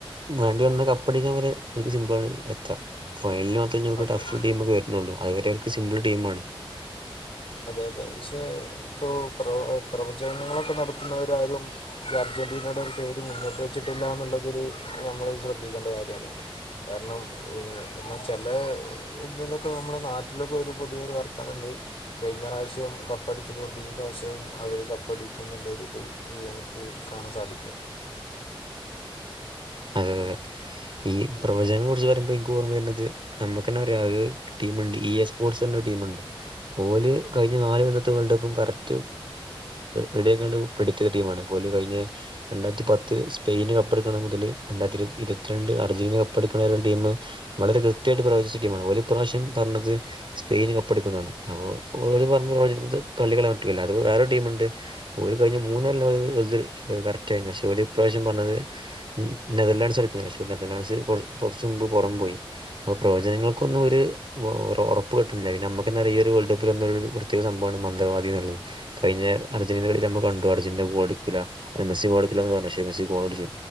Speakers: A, on the right (about 60°); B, on the left (about 80°).
A: വേണ്ടിവന്നാകപ്പടിക്കാൻ വരെ ഓൽക്ക് സിംമ്പിളാണ്, എത്ത ഫൈനൽല് വന്ന ഞ് ഓൽക്ക്
B: അതെ
A: ടഫ് ടീമൊക്കെ വരുന്നൊള്ളൂ അത് വെര ഓൽക്ക് സിംമ്പിൾടീമാണ്
B: അതെയതെ പക്ഷേയി പ്പോപ്രവ പ്രവചനങ്ങളൊക്കെ നടത്തുന്നവരാരും ഇത് അർജന്റീനയുടെയൊരു പേര്മുന്നോട്ടു വെച്ചിട്ടില്ലായെന്നുള്ളതു നമ്മൾ ശ്രദ്ധിക്കേണ്ട കാര്യാണ്. കാരണം എന്നാ ചില ഇതിലൊക്കെ നമ്മള നാട്ടിലൊക്കെ ഒരു പൊതുവെ ഒരു വർത്താനം ഇണ്ട് കയിഞ്ഞ പ്രാവശ്യം കപ്പടിച്ചതോണ്ട്, ഈ പ്രാവശ്യവും അവര് കപ്പടിക്കുംന്ന്ള്ളരിത് നമുക്കു കാണാൻ സാധിക്കും.
A: അതെയതെയതെ ഈ പ്രവചനം കുറിച്ചു പറയുമ്പോ ഓർമ്മ വരുന്നത് നമുക്ക് അറിയാലൊ അതി പ്പോ ടീ എസ്പോർട്സിന്റെടീമുണ്ട് ഓല് കയ്ഞ്ഞ നാലുകൊല്ലത്തെ വേൾഡുകപ്പുംകറക്റ്റ് റെഡിയാക്കാണ്ടു പഠിക്ക്ണ ടീമാണ് പോല് കഴിഞ്ഞെ രണ്ടായിരത്തിപത്ത് സ്പെയിനുകപ്പെടുക്കണ മുതലുരണ്ടായിരത്തി ഇരുപത്തിരണ്ട് അർജന്റീന കപ്പെടുക്കണ ടീമ് വളരെ കൃത്യായിട്ട് പ്രവചിച് ടീമാണ് ഓലി ഇപ്രാവശ്യം പറഞ്ഞത് സ്പെയിന് കപ്പ് എടുക്കുന്നതാണ് അപ്പോ ഓര് പറഞ്ഞ വലുത് തള്ളിക്കളയാൻ പറ്റൂലല്ല അത് വേറെൊരു ടീമ്ണ്ട് ഒ കഴിഞ്ഞ മൂന്നാല് <unintelligible> ഇത് കറക്റ്റായിരുന്നു പക്ഷേ ഓര് ഇപ്രാവശ്യം പറഞ്ഞത് നേതേര്ലാന്ഡ്സ് എടുക്കുന്ന <unintelligible> കൊറച്ചുമുമ്പ് പുറം പോയി. അപ്പൊ പ്രവചനങ്ങൾക്കൊന്നും ഒരു ഒ ഒറ ഒറപ്പ് കിട്ടണില്ല നമ്മക്കന്നറിയ ഒരു വേൾഡ് കപ്പിൽ എന്താ <unintelligible> സംഭവമാണ് മന്ത്രവാദി എന്ന്ള്ളത് കഴിഞ്ഞ അർജന്റീനെ കളി നമ്മൾ കണ്ടു അർജന്റീനാ ഗോളാടിക്കൂല. എം എസ് സി ഗോളടിക്കൂലാന്ന് പറഞ്ഞു പക്ഷെ എം എസ് സി ഗോളടിച്ചു